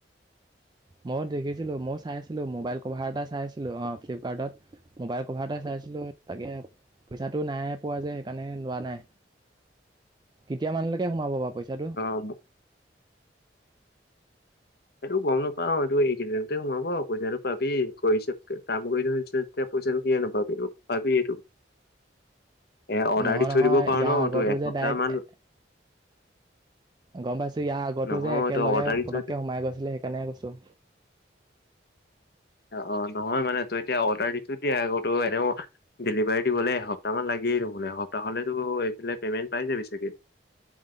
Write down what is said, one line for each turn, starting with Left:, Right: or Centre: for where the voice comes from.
Right: মই দেখিছিলোঁ মই চাই ছিলো মোবাইল কভাৰ এটা চাইছিলো অ ফ্লিপকাৰ্টত মোবাইল কভাৰ এটা চাইছিলো তাকে- পইচাটো নাই পোৱা যে সেইকাৰণে লোৱা নাই কেতিয়া মানুহলৈকে সোমাব বা পইচাটো
Left: অ এইটো গম নাপাও এইটো এইকেইদিনতে সোমাব পইচাটো পাবি কৰিছে কাম কৰি থৈছে যেতিয়া। পইচাটো পাৱ পাবি- এ অৰ্ডাৰ
Right: নহয়
Left: দি থৈ
Right: নহয়
Left: দিব
Right: ইয়াৰ
Left: পাৰ ন
Right: আগতো
Left: তই এসপ্তাহ
Right: যে ডাইৰেক্ট
Left: মান
Right: গম পাইছো ইয়াৰ আগতো
Left: নহয়
Right: যে একেলগে
Left: তই অৰ্ডাৰ দি
Right: পতককে
Left: থৈ
Right: সোমাই গৈছিলে সেইকাৰণে কৈছো।
Left: অ নহয় মানে তই এতিয়া অৰ্ডাৰ দিয়ে আকৌ তো এনেও ডেলিভাৰী দিবলৈ এসপ্তাহান লাগি। সপ্তাহলেতো এইফালে পে'মেণ্ট পাই যাবি চাগে।